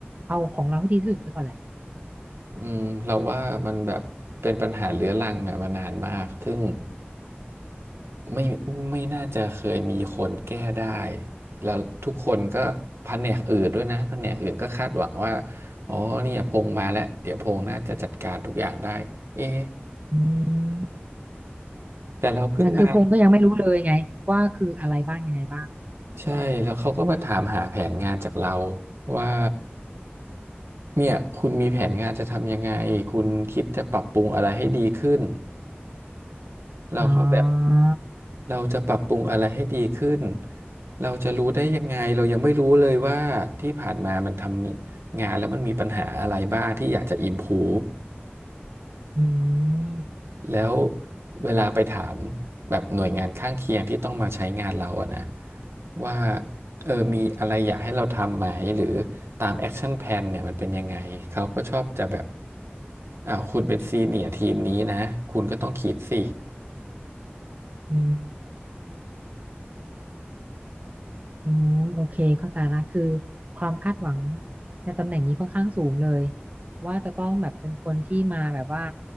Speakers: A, on the right (about 40°); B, on the right (about 85°).
A: เอาของเราให้ดีที่สุดไปก่อนแหละ
B: อืมเราว่ามันแบบเป็นปัญหาเรื้อรังอ่ะมานานมากซึ่ง ไม่ไม่น่าจะเคยมีคนแก้ได้แล้วทุกคนก็แผนกอื่นด้วยนะแผนกอื่นก็คาดหวังว่าอ๋อเนี่ยพงมาแล้วเดี๋ยวพงน่าจะจัดการทุกอย่างได้เอ๊ะ
A: อืม
B: แต่เราเพิ่งมา
A: แต่คือพงษ์ก็ยังไม่รู้เลยไงว่าคืออะไรบ้างยังไงบ้าง
B: ใช่แล้วเขาก็มาถามหาแผนงานจากเราว่าเนี่ยคุณมีแผนงานจะทำยังไงคุณคิดจะปรับปรุงอะไรให้ดีขึ้น เราก็แบบ
A: อ๋อ
B: เราจะปรับปรุงอะไรให้ดีขึ้นเราจะรู้ได้ยังไงเรายังไม่รู้เลยว่าที่ผ่านมามันทำงานแล้วมันมีปัญหาอะไรบ้างที่อยากจะ improve
A: อืม
B: แล้วเวลาไปถามแบบหน่วยงานข้างเคียงที่ต้องมาใช้งานเราอะนะว่าเออมีอะไรอยากให้เราทำไหมหรือตาม Action Plan เนี่ยมันเป็นยังไงเขาก็ชอบจะแบบอ่าวคุณเป็นซีเนียร์ทีมนี้นะคุณก็ต้องคิดสิ
A: อืม อืมโอเคเข้าใจละคือความคาดหวังในตำแหน่งนี้ค่อนข้างสูงเลยว่าจะต้องแบบเป็นคนที่มาแบบว่า